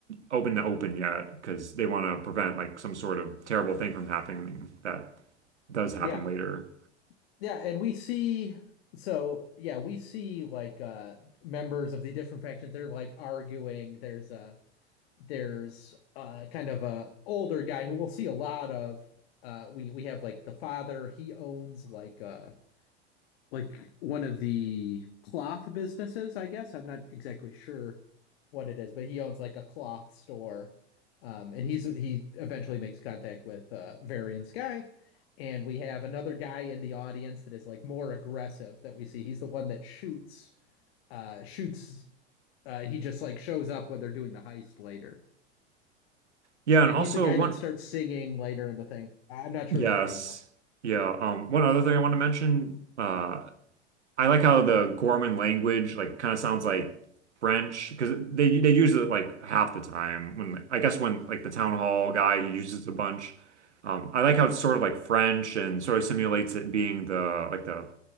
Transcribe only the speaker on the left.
Yeah.
Yeah, and we see so yeah, we see like uh members of the different factions they're like arguing. There's a there's uh kind of a older guy who we'll see a lot of. Uh we we have like the father, he owns like uh like one of the cloth businesses, I guess. I'm not exactly sure what it is, but he owns like a cloth store. Um, and he's he eventually makes contact with uh, Varian Sky, and we have another guy in the audience that is like more aggressive that we see. He's the one that shoots uh, shoots. Uh, he just like shows up when they're doing the heist later,
and
he's the guy
that starts singing later in the thing. I- I'm not sure
of his name though.
Mm-hmm.